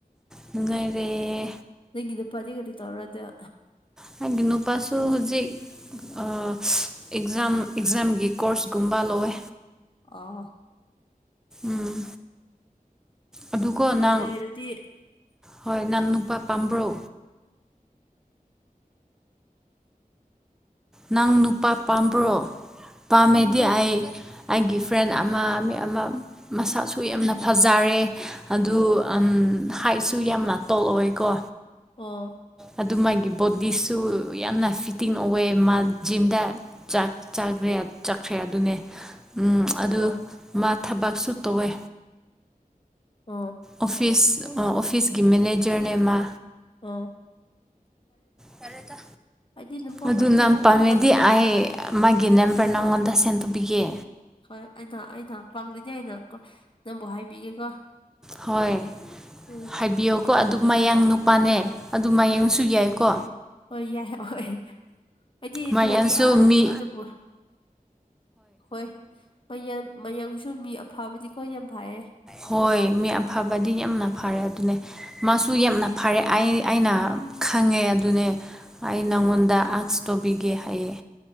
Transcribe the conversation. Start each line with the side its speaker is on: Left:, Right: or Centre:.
Centre: ꯅꯨꯡꯉꯥꯏꯔꯦ
Left: ꯅꯪꯒꯤ ꯅꯨꯄꯥꯗꯤ ꯀꯗꯤ ꯇꯧꯔꯔꯣꯏꯗ꯭ꯔꯣ
Centre: ꯅꯪꯒꯤ ꯅꯨꯄꯥꯁꯨ ꯍꯨꯖꯤꯛ ꯑ ꯑꯦꯛꯖꯥꯝ ꯑꯦꯛꯖꯥꯝꯒꯤ ꯀꯣꯔꯁꯀꯨꯝꯕ ꯂꯧꯋꯦ
Left: ꯑꯣꯍꯣ
Centre: ꯎꯝ ꯑꯗꯨꯀꯣ
Left: ꯅꯨꯡꯉꯥꯏꯔꯦ
Centre: ꯅꯪ
Left: ꯑꯗꯨꯗꯤ
Centre: ꯍꯣꯏ ꯅꯟ ꯅꯨꯄꯥ ꯄꯥꯝꯕ꯭ꯔꯣ ꯅꯪ ꯅꯨꯄꯥ ꯄꯥꯝꯕ꯭ꯔꯣ ꯄꯥꯝꯃꯦꯗꯤ
Left: ꯐꯝꯗꯦ
Centre: ꯑꯩ ꯑꯩꯒꯤ ꯐ꯭ꯔꯦꯟ ꯑꯃ ꯃꯤ ꯑꯃ ꯃꯁꯥꯁꯨ ꯌꯥꯝꯅ
Left: ꯌꯥꯔꯦ
Centre: ꯐꯖꯔꯦ ꯑꯗꯨ
Left: ꯑꯣ
Centre: ꯎꯝ ꯍꯥꯏꯠꯁꯨ ꯁꯨ ꯌꯥꯝꯅ ꯇꯣꯜ ꯑꯣꯏꯀꯣ
Left: ꯑꯣ
Centre: ꯑꯗꯨ ꯃꯥꯒꯤ ꯕꯣꯗꯤꯁꯨ ꯌꯥꯝꯅ ꯐꯤꯠꯇꯤꯡ ꯑꯣꯏꯑꯦ ꯃꯥ ꯖꯤꯝꯗ ꯆꯥꯛ ꯆꯥꯕꯌꯥ ꯆꯠꯈ꯭ꯔꯦ ꯑꯗꯨꯅꯦ ꯎꯝ ꯑꯗꯨ
Left: ꯑꯣ
Centre: ꯃꯥ ꯊꯕꯛꯁꯨ ꯇꯧꯋꯦ
Left: ꯑꯣ
Centre: ꯑꯣꯐꯤꯁ ꯑ ꯑꯣꯐꯤꯁꯀꯤ ꯃꯦꯅꯦꯖꯔꯅꯦ ꯃꯥ
Left: ꯑꯥ
Centre: ꯇꯜꯂꯦꯗꯥ
Left: ꯑꯩꯗꯤ ꯅꯨꯄꯥ
Centre: ꯑꯗꯨ
Left: ꯄꯥꯝꯗꯦ
Centre: ꯅꯪ
Left: ꯍꯧꯖꯤꯛꯀꯥꯟ
Centre: ꯄꯥꯝꯃꯦꯗꯤ ꯑꯩ ꯃꯥꯒꯤ ꯅꯦꯝꯕꯔ ꯅꯪꯉꯣꯟꯗ ꯁꯦꯟꯊꯣꯛꯄꯤꯒꯦ
Left: ꯍꯣꯏ ꯑꯩꯅ ꯑꯩꯅ ꯄꯪꯂꯤꯖꯦ ꯑꯩꯅ ꯀꯣ ꯅꯪꯕꯨ ꯍꯥꯏꯕꯤꯒꯦꯀꯣ
Centre: ꯍꯣꯏ
Left: ꯎꯝ
Centre: ꯍꯥꯏꯕꯤꯌꯣ ꯀꯣ ꯑꯗꯨ ꯃꯌꯥꯡ
Left: ꯍꯣꯏ
Centre: ꯅꯨꯄꯥꯅꯦ ꯑꯗꯨ ꯃꯌꯥꯡꯁꯨ ꯌꯥꯏꯀꯣ
Left: ꯍꯣꯏ ꯌꯥꯏ ꯍꯣꯏ ꯑꯩꯗꯤ ꯑꯗꯨꯝꯕ
Centre: ꯃꯌꯥꯡꯁꯨ
Left: ꯑ
Centre: ꯃꯤ
Left: ꯑꯗꯨꯕꯨ ꯍꯣꯏ ꯃꯌꯥꯡ ꯃꯌꯥꯡꯁꯨ ꯃꯤ ꯑꯐꯕꯗꯤꯀꯣ ꯌꯥꯝ ꯐꯩꯌꯦ
Centre: ꯍꯣꯏ ꯃꯤ ꯑꯐꯕꯗꯤ ꯌꯥꯝꯅ ꯐꯔꯦ ꯑꯗꯨꯅꯦ ꯃꯥꯁꯨ ꯌꯥꯝꯅ ꯐꯔꯦ ꯑꯩ ꯑꯩꯅ ꯈꯪꯉꯦ ꯑꯗꯨꯅꯦ ꯑꯩ ꯅꯪꯉꯣꯟꯗ
Left: ꯑꯣ
Centre: ꯑꯛꯁ ꯇꯧꯕꯤꯒꯦ ꯍꯥꯏꯌꯦ